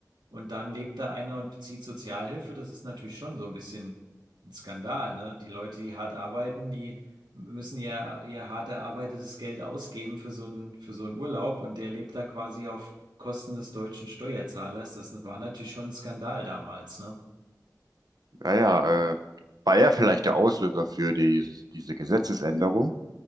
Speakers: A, on the right (about 80°); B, on the right (about 60°).
A: Und dann lebt da einer und bezieht Sozialhilfe. Das ist natürlich schon so ein bisschen ein Skandal, ne? Die Leute, die hart arbeiten, die müssen ja ihr hart erarbeitetes Geld ausgeben für so einen, für so einen Urlaub und der lebt da quasi auf Kosten des deutschen Steuerzahlers. Das war natürlich schon ein Skandal damals, ne?
B: Naja, äh, war er vielleicht der Auslöser für die, diese Gesetzesänderung?